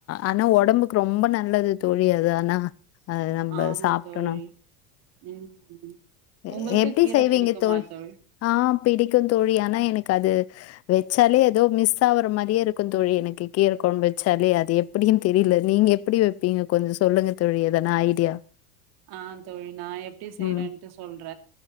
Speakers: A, on the left; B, on the right.
A: ஆனா உடம்புக்கு ரொம்ப நல்லது தோழி அது ஆனா அது நம்ப
B: ஆமா
A: சாப்ட்டோன்னா
B: தோழி ம்
A: எ
B: உங்களுக்கு
A: எப்டி
B: கீர
A: செய்வீங்க
B: பிடிக்குமா
A: தோழ்
B: தோழி
A: ஆ பிடிக்கும் தோழி ஆனா எனக்கு அது வெச்சாலே ஏதோ மிஸ் ஆவற மாரியே இருக்கும் தோழி எனக்கு கீரக்கொழம்பு வச் சாலே அது எப்டினு தெரில நீங்க எப்டி வப்பீங்க கொஞ்சோ சொல்லுங்க தோழி எதனா ஐடியா
B: ஆ தோழி நா எப்டி செய்றேன்ட்டு
A: ம்.
B: சொல்ற